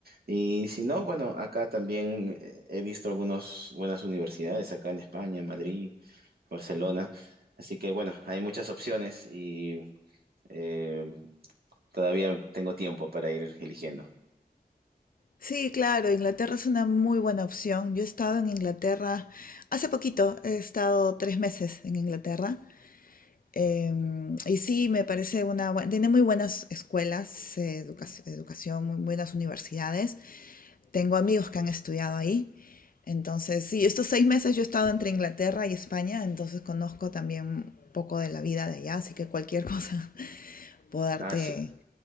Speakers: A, on the right (about 70°); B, on the left (about 60°).
A: Y si no, bueno, acá también eh, he visto algunas buenas universidades, acá en España, en Madrid, Barcelona. Así que bueno, hay muchas opciones y eh, todavía tengo tiempo para ir eligiendo.
B: Sí, claro, Inglaterra es una muy buena opción. Yo he estado en Inglaterra hace poquito, he estado tres meses en Inglaterra Em, y sí, me parece una buena, tiene muy buenas escuelas, eh, educa- educación, muy buenas universidades. Tengo amigos que han estudiado ahí. Entonces, sí, estos seis meses yo he estado entre Inglaterra y España, entonces conozco también un poco de la vida de allá, así que cualquier cosa <laughs> puedo darte,
A: Ah, sí,